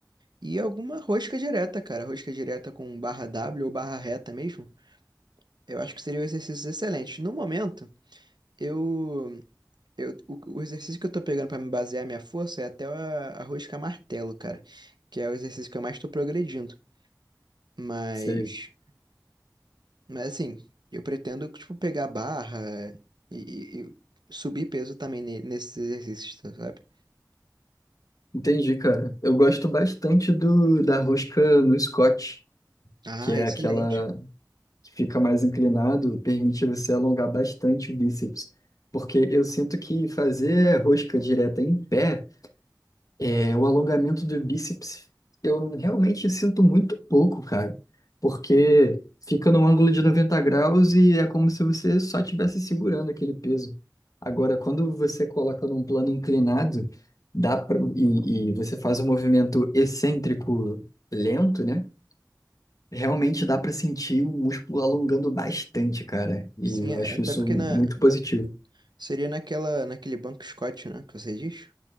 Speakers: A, on the right; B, on the left.
A: e alguma rosca direta, cara. Rosca direta com barra W ou barra reta mesmo. Eu acho que seriam exercícios excelentes. No momento, eu, eu o, o exercício que eu tô pegando pra me basear minha força é até a, a rosca martelo, cara, que é o exercício que eu mais tô progredindo. Mas,
B: sei.
A: mas assim, eu pretendo tipo pegar barra e, e- e subir peso também ne- nesses exercícios, tá, sabe?
B: Entendi, cara. Eu gosto bastante do da rosca no Scott,
A: Ah,
B: que é
A: excelente.
B: aquela que fica mais inclinado, permite você alongar bastante o bíceps. Porque eu sinto que fazer rosca direta em pé É, o alongamento do bíceps, eu realmente sinto muito pouco, cara, porque fica num ângulo de 90 graus e é como se você só estivesse segurando aquele peso. Agora, quando você coloca num plano inclinado, dá pra, e, e você faz um movimento excêntrico lento, né? Realmente dá pra sentir o músculo alongando bastante, cara. E
A: Sim,
B: eu
A: até
B: acho isso
A: porque
B: muito
A: na, na-
B: positivo.
A: seria naquela naquele banco Scott, né, que você diz?